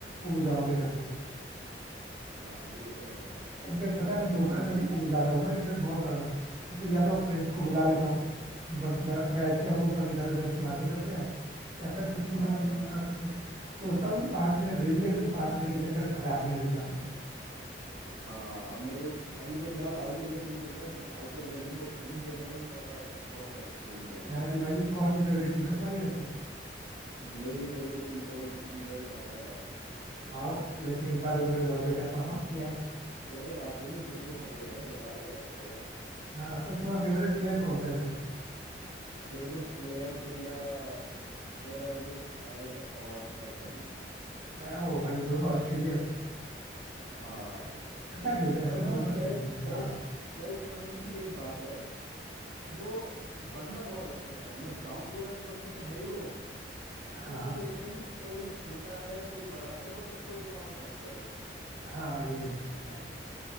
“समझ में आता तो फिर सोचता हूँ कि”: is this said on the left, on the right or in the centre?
Right